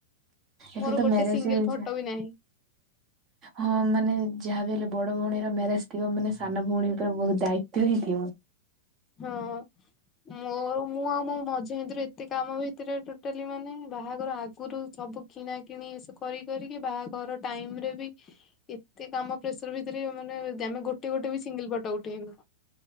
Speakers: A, on the right; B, on the left.
A: ଏବେ
B: ମୋର
A: ତ
B: ଗୋଟେ
A: ମ୍ୟାରେଜ୍
B: ସିଙ୍ଗଲ
A: ହେଇଛି।
B: ଫଟୋ ବି ନାହିଁ
A: ହଁ ମାନେ ଯାହା ବି ହେଲେ ବଡ ଭଉଣୀର ମ୍ୟାରେଜ ଥିବ ମାନେ ସାନ ଭଉଣୀ ଙ୍କ ବହୁତ ଦାୟିତ୍ୱ ହିଁ ଥିବ।
B: ହଁ ମୋର ମୁଁ ଆଉ ମୋ ମଝି ସେମିତିରେ ଏତେ କାମ ଭିତରେ ଟୋଟାଲି ମାନେ ବାହାଘର ଆଗରୁ ସବୁ କିଣା କିିଣି ଏ ସ କରି କରିକି ବାହାଘର ଟାଇମରେ ବି ଏତେ କାମ ପ୍ରେସର ଭିତରେ ମାନେ ଆମେ ଗୋଟେ ଗୋଟେ ବି ସିଙ୍ଗଲ ଫୋଟ ଉଠେଇନୁ